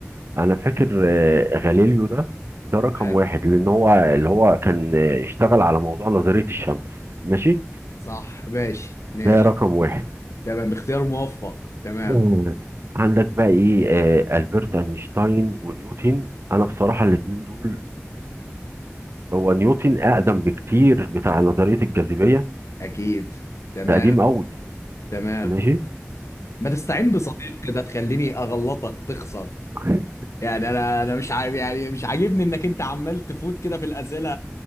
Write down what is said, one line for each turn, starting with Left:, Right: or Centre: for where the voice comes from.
Right: انا فاكر آه، غاليليو ده ده رقم
Left: تمام
Right: واحد لان هو اللي هو كان آه، اشتغل على موضوع نظرية الشمس ماشي
Left: صح ماشي ماشي
Right: ده رقم واحد
Left: تمام اختيار موفق تمام
Right: آه، عندك بقى ايه آه، البرت اينشتاين ونيوتن انا بصراحة الاتنين دول هو نيوتن اقدم بكتير بتاع نظرية الجاذبية
Left: اكيد تمام
Right: ده قديم قوي
Left: تمام
Right: ماشي
Left: ما تستعين بصديق كده تخليني اغلطك تخسر
Right: والحاجات
Left: يعني انا انا مش عاجب يعني مش عاجبني انك انت عمال تفوت كده في الاسئله